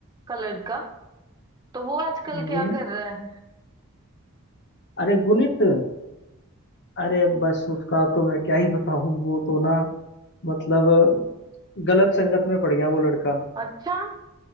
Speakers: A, on the right; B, on the left.
A: का लड़का तो वो आजकल क्या
B: गुणित
A: कर रहा है
B: अरे गुणित अरे बस उसका तो मैं क्या ही बताऊँ वो तो ना मतलब गलत संगत में पड़ गया वो लड़का
A: अच्छा